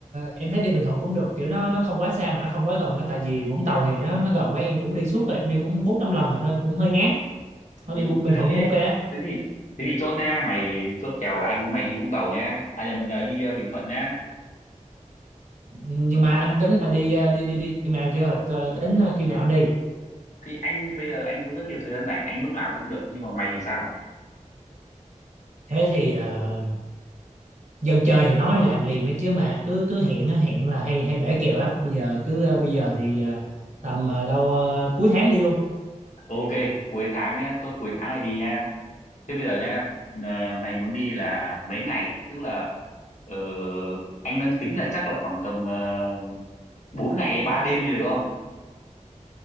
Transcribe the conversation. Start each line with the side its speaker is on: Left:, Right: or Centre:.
Right: em thấy đi Bình Thuận cũng được kiểu nó nó không quá xa mà nó không quá gần á tại vì Vũng Tàu thì nó nó gần quá em cũng đi suốt rồi em đi cũng bốn năm lần rồi thôi cũng hơi ngán thôi
Left: Thì
Right: đi
Left: ok.
Right: Bình Thuận cũng ok á
Left: Thế thì thế thì chốt nha, mày chốt kèo là anh với mày đi Vũng Tàu nha. À nhầm là đi ờ, Bình Thuận nha.
Right: nhưng mà anh tính là đi ờ, đi đi đi khi nào chưa Ờ, tính ờ, khi nào đi
Left: Thì anh thì bây giờ anh có rất nhiều thời gian rảnh, anh lúc nào cũng được nhưng mà mày thì sao?
Right: thế thì ờ, dân chơi thì nói làm liền đấy chứ mà cứ cứ hẹn á, hẹn là hay hay bể kèo lắm bây giờ cứ ờ, bây giờ thì ờ, tầm ờ, đâu ờ, cuối tháng đi luôn
Left: Ok, cuối tháng nhá, chốt cuối tháng này đi nha. Thế bây giờ nha, ờ, mày muốn đi là mấy ngày? Tức là ờ, anh đang tính là chắc là khoảng tầm uh, 4 ngày 3 đêm đi được không?